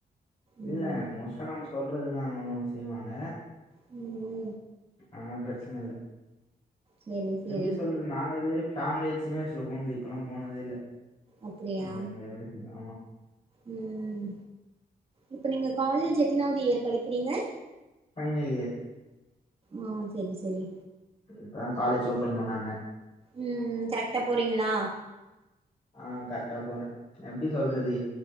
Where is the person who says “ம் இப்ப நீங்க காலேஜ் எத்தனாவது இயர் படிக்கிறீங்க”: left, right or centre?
Right